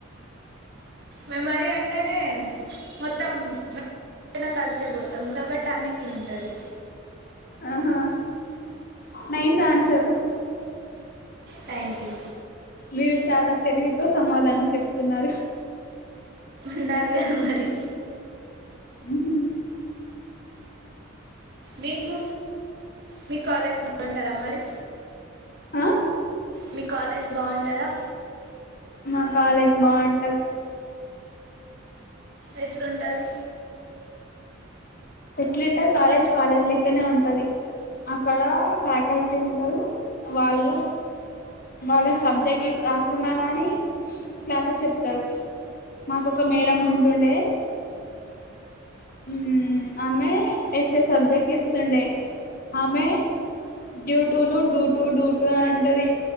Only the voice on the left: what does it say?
ఆహా నైస్ ఆన్సర్
మీరు చాలా తెలివితో సమాధానం చెప్తున్నారు.
ఊహు
ఆ
మా కాలేజ్ బావుంటది
ఎట్లుంటాది కాలేజ్ కాలేజ్ లెక్కనే ఉంటది అక్కడా ఫ్యాకల్టీ ఉంటరూ వాళ్లూ
వాళ్ళకి సబ్జెక్టింగ్ రాకుండా కానీ క్లాసెస్ చెప్తరు మాకు ఒక మేడం ఉంటుండే మ్ ఆమే ఎస్ఎస్ సబ్జెక్ట్ చెప్తుండే ఆమే డ్యూ టూను డూ టూ డూ టూ అని అంటదీ